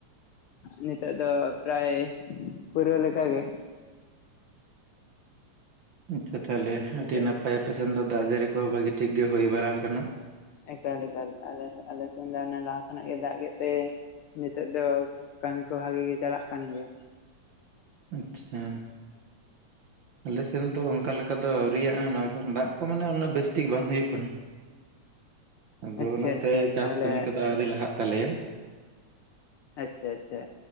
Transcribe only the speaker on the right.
ᱟᱪᱪᱷᱟ ᱛᱟᱦᱚᱞᱮ ᱟᱹᱰᱤ
ᱱᱟᱯᱟᱭ ᱟᱯᱮ ᱥᱮᱱ ᱫᱚ ᱫᱟᱜ ᱡᱟᱹᱲᱤ ᱠᱚ ᱵᱷᱟᱜᱤ ᱴᱷᱤᱠ ᱜᱮ ᱦᱩᱭ ᱵᱟᱲᱟ ᱟᱠᱟᱱᱟ᱾
ᱟᱪᱪᱷᱟ ᱟᱞᱮ ᱥᱮᱱ ᱫᱚ ᱚᱱᱠᱟ ᱞᱮᱠᱟ ᱫᱚ ᱟᱹᱣᱨᱤᱭᱟᱜ-ᱟ ᱚᱱᱟ ᱠᱷᱟᱱ ᱫᱟᱜ ᱠᱚ ᱢᱟᱱᱮ ᱩᱱᱟᱹᱜ ᱵᱮᱥ ᱴᱷᱤᱠ ᱵᱟᱝ ᱦᱩᱭᱩᱜ ᱠᱟᱱᱟ᱾ ᱟᱫᱚ
ᱚᱱᱟ
ᱛᱮ ᱪᱟᱥ
ᱠᱟᱹᱢᱤ ᱠᱚᱫᱚ ᱟᱹᱣᱨᱤ ᱞᱟᱦᱟᱜ ᱛᱟᱞᱮᱭᱟ᱾